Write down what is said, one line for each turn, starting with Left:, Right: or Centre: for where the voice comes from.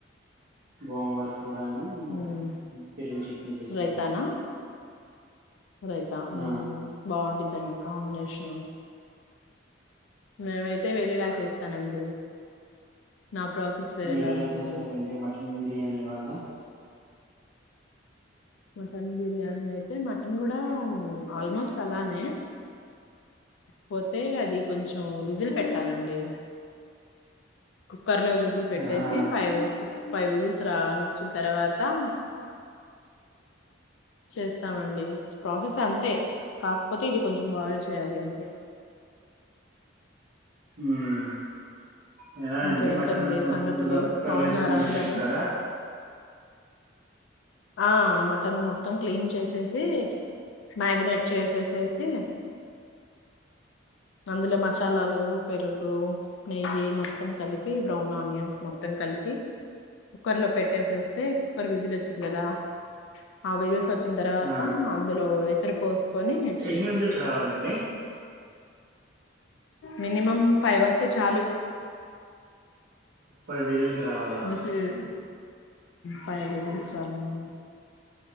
Right: గోంగూర కూరఅను
Left: ఉమ్
Right: పెరుగు చట్నీ చేసానండి.
Left: రైతానా రైతా ఉమ్మ్
Right: ఆ
Left: బాగుండుదండి కాంబినేషన్ మేమైతే వెేరేగా చేస్తానండి. నా ప్రాసెస్ వేరేలా
Right: మీరు ఎలా
Left: ఉంటుంది
Right: చేస్తారండి మటన్ బిర్యానీ వాళ్ళ
Left: మటన్ బిర్యానీ నీ అయితే మటన్ కూడా ఉం ఆల్మోస్ట్ అలానే పోతే అది కొంచెం విజిల్ పెట్టాలండి కుక్కర్ లో విజిల్ పెట్టేసి
Right: ఆహా
Left: ఫైవ్ కు ఫైవ్ విజిల్స్ రానిచ్చి తర్వాతా చేస్తామండి ప్రోసెస్ అంతే కాకపోతే ఇది కొంచెం బోయిల్ చేయాలి అంతే
Right: ఊమ్మ్ ఎలా
Left: ఇంకేంటండి
Right: అండి మటన్ను మొత్తం
Left: సంగతులు
Right: ముందుగా కుక్కర్లో
Left: బాగున్నారా
Right: వేసుకొని ఉడికిస్తారా
Left: అందరూ ఆ మటన్ మొత్తం క్లీన్ చేసేసి మ్యాగ్నేట్ చేసేసేసి అందులో మసాలాలు పెరుగు, నెయ్యి మొత్తం కలిపి బ్రౌన్ ఆనియన్స్ మొత్తం కలిపి కుక్కర్ లో పెట్టేసేస్తే కుక్కర్ విజిల్ వ చికెనదా ఆ విజిల్స్ వచ్చిన తర్వాత
Right: ఆ
Left: అందులో ఎసరు పోసుకొని
Right: ఎన్ని విజిల్స్ రావాలండి
Left: మినిమం ఫైవ్ వస్తే చాలు
Right: ఫైవ్ విజిల్స్ రావాలా
Left: విజిల్స్ ఫైవ్ విజిల్స్ చాలాండి